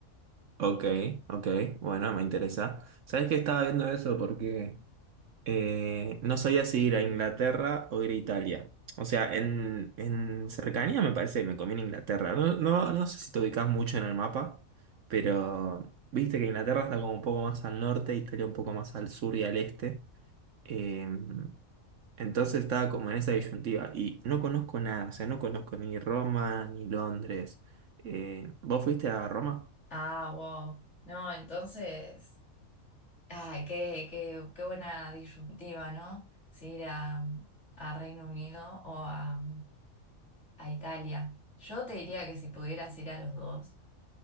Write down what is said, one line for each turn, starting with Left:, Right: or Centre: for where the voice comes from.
Right: Ok, ok, bueno, me interesa. ¿Sabes que estaba viendo eso? Porque eh, no sabía si ir a Inglaterra o ir a Italia. O sea, en, en cercanía me parece que me conviene Inglaterra. No, no, no sé si te ubicas mucho en el mapa, pero viste que Inglaterra está como un poco más al norte, Italia un poco más al sur y al este. Em, Entonces estaba como en esa disyuntiva y no conozco nada, o sea, no conozco ni Roma ni Londres. Eh, ¿vos fuiste a Roma?
Left: Ah, wow. No, entonces... Ay, qué, qué, qué buena disyuntiva, ¿no? Si ir a, a Reino Unido o a, a Italia. Yo te diría que si pudieras ir a los dos.